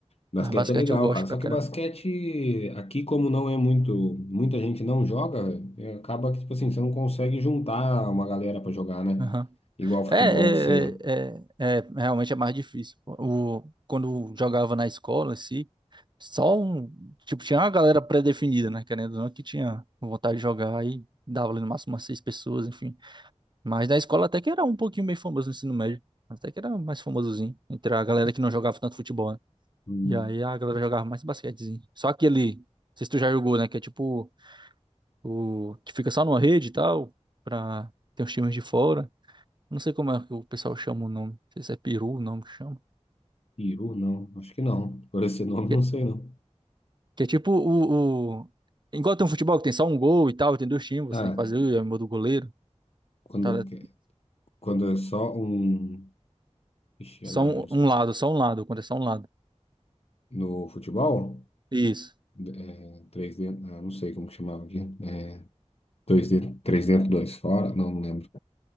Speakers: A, on the left (about 60°); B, on the right (about 40°).
A: Basquete
B: Mas basquete
A: é legal,
B: eu gosto
A: cara. Só
B: pra
A: que
B: caramba.
A: basquete aqui, como não é muito, muita gente não joga, é, acaba que, tipo assim, você não consegue juntar uma galera pra jogar, né?
B: Aham.
A: Igual futebol
B: É, é,
A: que você.
B: é, é, é, realmente é mais difícil. O, quando jogava na escola, assim, só um. Tipo, tinha uma galera pré-definida, né? Querendo ou não, que tinha vontade de jogar aí dava ali no máximo umas seis pessoas, enfim. Mas na escola até que era um pouquinho meio famoso no ensino médio. Até que era mais famosozinho. Entre a galera que não jogava tanto futebol, né?
A: Hum,
B: E aí a galera jogava mais basquetezinho. Só aquele. Não sei se tu já jogou, né? Que é tipo. O, que fica só numa rede e tal. Pra ter os times de fora. Não sei como é que o pessoal chama o nome. Não sei se é peru o nome que chama.
A: Peru, não, acho que não. Por esse nome,
B: Que,
A: não sei não.
B: que é tipo o, o- Igual tem um futebol que tem só um gol e tal, tem dois times,
A: Ah,
B: você tem que fazer
A: que-
B: é o gol do goleiro.
A: quando,
B: Tá,
A: que- quando é só um. Ixi,
B: só
A: agora.
B: um,
A: não sei.
B: um lado, só um lado, quando é só um lado.
A: No futebol,
B: Isso.
A: é, 3D, ah, não sei como que chamava aqui. É, 2D, 3 dentro, 2 fora, não, não lembro.